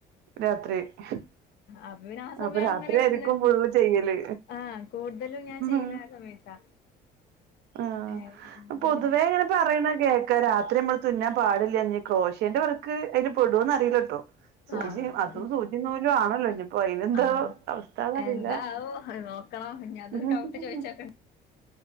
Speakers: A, on the right (about 75°); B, on the left (about 75°).
A: രാത്രി ഹ്ഹ്മ്
B: അപ്പൊ പിന്നെ ആ സമയം
A: അപ്പ രാത്രിയായിരിക്കും
B: അങ്ങനെ ഇരുന്ന്
A: ഫുള്ള് ചെയ്യല്
B: ആഹ് കൂടുതലും ഞാൻ
A: മ്മ്ഹ്.
B: ചെയ്യല് ആ സമയത്താ
A: ആഹ
B: ഏഹ്
A: പൊതുവേ.
B: പിന്നെ
A: ങ്ങനെ പറീണെകേക്കാ രാത്രി മ്മൾ തുന്നാമ്പാടില്ല ഞ്ഞി ക്രോശേന്റെ വർക്ക് അയ്ല് പെടോന്നറീല്ലട്ടോ. സൂചീ
B: ആഹ് അതും
A: അതുസൂചിന്നൂലുആണല്ലോ ഞ്ഞി പ്പോയ്നെന്താ
B: ആഹ് അത്
A: അവസ്ഥന്നറീല്ല
B: എന്താവോ നോക്കണം ഇനി അതും
A: മഹ്ഹ്ഹ്ഹ്
B: ഡൗട്ട് ചോദിച്ചോക്കണ്ടി